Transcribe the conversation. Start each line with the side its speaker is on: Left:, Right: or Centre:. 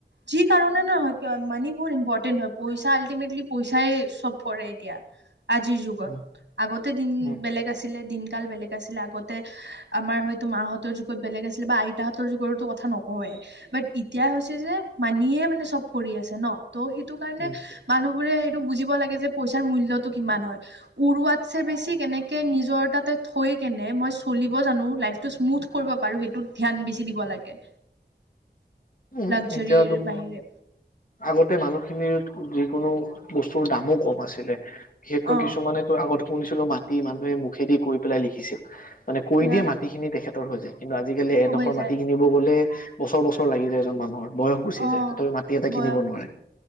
Right: যি কাৰণে নহ মানি বুত ইম্পৰ্টেন্ট হয় পইচা আল্টিমেটলি পইচাই চব কৰে এতিয়া আজিৰ যুগত
Left: উম
Right: আগতে দিন
Left: উম
Right: বেলেগ আছিলে দিন <unintelligible> বেলেগ আছিলে আগতে আমাৰ হয়তো মাহঁতৰ যুগত বেলেগ আছিলে বা আইতাহঁতৰ যুগৰতো কথা নকৱেই বাট এতিয়া হৈছে যে মানিয়ে মানে চব কৰি আছে ন ত' সেইটো কাৰণে
Left: উম
Right: মানুহবোৰে বুজিব লাগে যে পইচাৰ মূল্যটো কিমান হয় উৰুৱাতছে বেছি কেনেকে নিজৰ তাতে থৈ কেনে মই চলিব জানো লাইটো স্মুথ কৰিব পাৰো সেইটোত ধান বেছি দিব লাগে
Left: উম
Right: লাগজাৰীৰ
Left: এতিয়া তম
Right: বাহিৰে
Left: আগতে মানুহখিনিৰ যিকোনো বস্তুৰ দামো কম আছিলে বিশেষকৈ
Right: অ
Left: কিছুমানেতো আগত শুনিছিলো মানে মানুহে মুখেদি কৈ পেলাই লিখিছিল মানে কৈ
Right: সেয়া
Left: দিয়ে মাটিখিনি তেখেত উতৰ হৈ যায় কিন্তু আজিকালি এডোখৰ
Right: হৈ যায়
Left: মাটি কিনিব গ'লে। বছৰ বছৰ। লাগি যায় এজন মানুহৰ। বয়স গুচি
Right: অ
Left: যায় তথাপি মাটি এটা কিনিব
Right: বয়স
Left: নোৱাৰে।